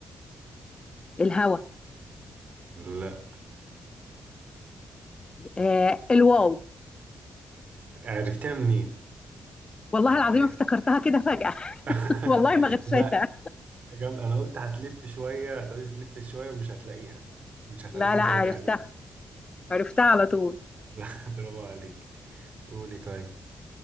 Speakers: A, on the left (about 35°); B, on the right (about 55°).
A: الهوا
B: لا
A: آه الواو
B: عرفتها منين
A: والله
B: لا
A: العظيم افتكرتها كده فجأة
B: <laughs>
A: <laughs> والله ما غشيتها
B: لا جامد انا قلت هتلف شويه هتقعدي تلف شويه ومش هتلاقيها مش هتعرفي
A: لا لا
B: تجاوبي
A: عرفتها
B: عليها يعني
A: عرفتها على طول
B: <laughs> لا برافو عليك قولي طيب